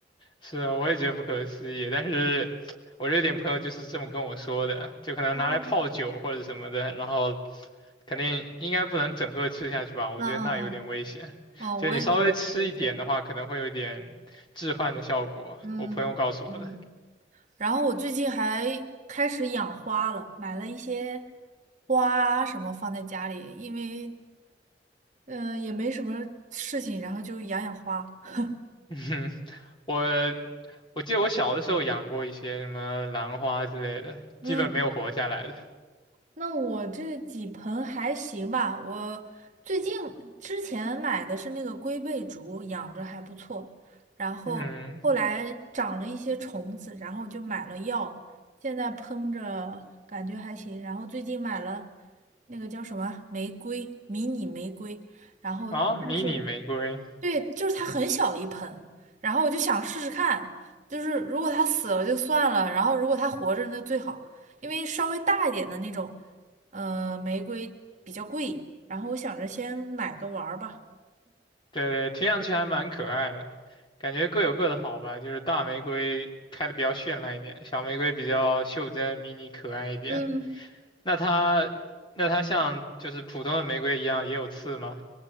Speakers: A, on the left; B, on the right.
A: 是啊，我也觉得不可思议，但是我这点朋友就是这么跟我说的，就可能拿来泡酒或者什么的，
B: 哦，
A: 然后肯定应该不能整个吃下去吧，我觉得那有点危险。
B: 嗯嗯嗯，哦，
A: 就你稍微吃一点的话，
B: 我也觉得挺危险的
A: 可能会有一点致幻的效果，
B: 嗯嗯，
A: 我朋友告诉我的。
B: 然后我最近还开始养花了，买了一些花啊什么放在家里，因为呃也没什么事情，然后就养养花。<laughs>
A: <laughs> 嗯哼我我记得我小的时候养过一些什么兰花之类的，
B: 嗯。
A: 基本没有活下来的。
B: 那我这几盆还行吧，我最近之前买的是那个龟背竹，养着还不错，然后后来长了一些虫子，
A: 嗯，
B: 然后就买了药，现在喷着感觉还行，然后最近买了那个叫什么玫瑰，迷你玫瑰，然后但是
A: 啊，迷你玫瑰，
B: 对，就是它很小一盆，然后我就想试试看，就是如果它死了就算了，然后如果它活着那最好，因为稍微大一点的那种，呃，玫瑰比较贵，然后我想着先买个玩儿吧。
A: 对，对，听上去还蛮可爱的，感觉各有各的好吧。就是大玫瑰开的比较绚烂一点，小玫瑰比较袖珍、迷你、可爱一点。
B: 嗯，
A: 那它，那它像就是普通的玫瑰一样也有刺吗？